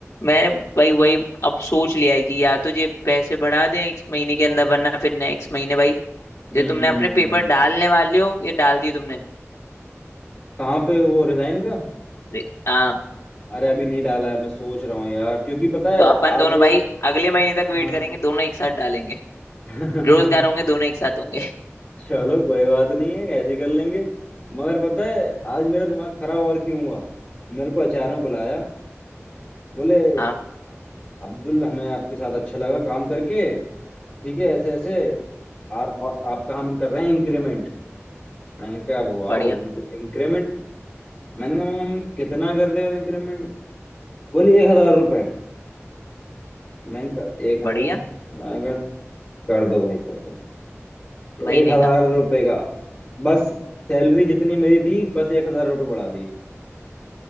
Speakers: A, on the left; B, on the left.
A: मैंने भाई वही अब सोच लिया है कि या तो ये पैसे बढ़ा दें इस महीने के अंदर वरना फिर नेक्स्ट महीने भाई जो
B: हम्म
A: तुमने
B: हम्म
A: अपने पेपर डालने वाले हो ये डाल दिए तुमने
B: कहाँ पे वो रिजाइन का
A: रे- हाँ
B: अरे अभी नहीं डाला है मैं सोच रहा हूँ यार क्योंकि पता है
A: तो अपन
B: आज
A: दोनों भाई अगले महीने तक वेट
B: हाँ
A: करेंगे दोनों एक साथ डालेंगे
B: <laughs>
A: बेरोजगार होंगे दोनों एक साथ होंगे
B: चलो कोई बात नहीं है ऐसे ही कर लेंगे मगर पता है आज मेरा दिमाग खराब और क्यों हुआ मेरे को अचार में बुलाया बोले
A: हाँ।
B: अब्दुल हमें आपके साथ अच्छा लगा काम करके ठीक है ऐसे ऐसे और, और आपका हम कर रहे हैं इंक्रीमेंट मैंने कहा वाओ
A: बढ़िया
B: इंक्रीमेंट मैंने कहा मैम कितना कर रहे हो इंक्रीमेंट बोले एक हजार रुपये मैंने कहा एक हजार
A: बढ़िया
B: मैंने कहा कर दो भाई कर दो
A: भाई
B: एक
A: ने
B: हजार
A: कहा
B: रुपये का बस सैलरी जितनी मेरी थी बस एक हजार रुपये बढ़ा दी